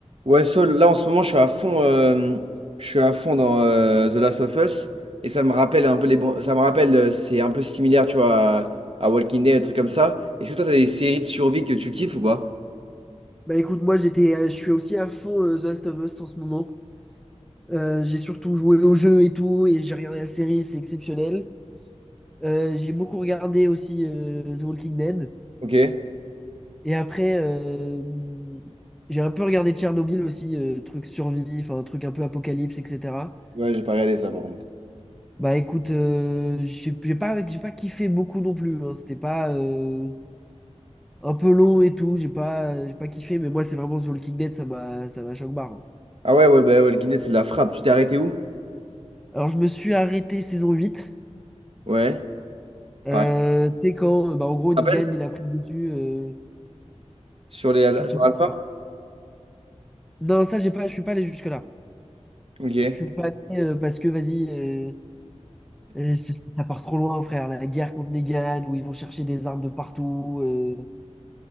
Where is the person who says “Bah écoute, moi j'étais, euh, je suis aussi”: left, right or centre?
Centre